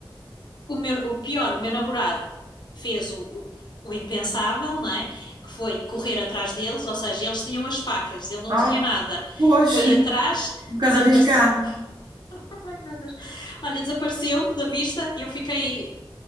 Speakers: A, on the left (about 55°); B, on the right (about 55°).
A: o meu, o pior, o meu namorado fez o, o, o impensável, não é? Que foi correr atrás deles, ou seja, eles tinham as facas, ele não
B: Ah,
A: tinha nada.
B: pois,
A: Foi
B: <laughs>
A: atrás,
B: um bocado
A: desapareceu.
B: arriscado.
A: <laughs> Ai, meu Deus. Olha, desapareceu-me da vista, eu fiquei,